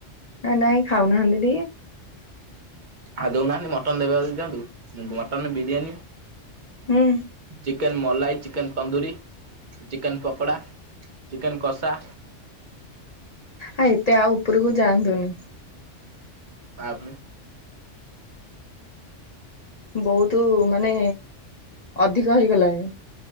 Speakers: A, on the left (about 40°); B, on the right (about 45°).
A: ନା ନାଇଁ ଖାଉନାହାନ୍ତି ଟିକେ।
B: ଆଉ ଦଉନାହାନ୍ତି ମଟନ୍ ଦେବେ ଯଦି ଦିଅନ୍ତୁ। ଉଁ, ମଟନ୍ ବିରିୟାନୀ।
A: ହୁଁ
B: chicken malai, chicken tandoori, chicken pakoda, chicken କଷା।
A: ଆ, ଏତେ ଆଉ ଉପରକୁ ଯାଆନ୍ତୁନି।
B: ପା ଫୁଣି
A: ବହୁତୁ ମାନେ ଅଧିକ ହେଇଗଲାଣି।